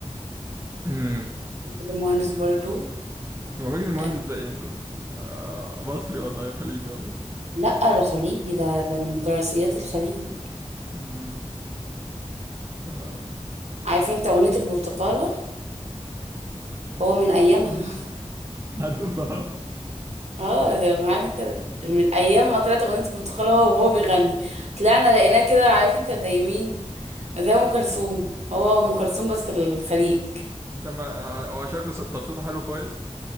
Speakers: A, on the right; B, on the right.
A: امم
B: ماجد المهندس برضو
A: هو ماجد المهندس
B: آه
A: ده ايه طب؟ آه مصري ولا إيه؟ خليجي ولا إيه؟
B: لأ ده خليجي ده ده من تراثيات الخليج
A: آه. آه.
B: عارفة انت أغنية البرتقالة هو من أيامها <laughs>
A: عارفها
B: اه ده عارف انت ال- من أيام ما طلعت أغنية البرتقالة هو وهو بيغني طلعنا لقيناه كده عارف انت زي مين زي أم كلثوم هو أم كلثوم بس الخليج
A: طب ما آه، هو شكله ص... طب صوته حلو كويس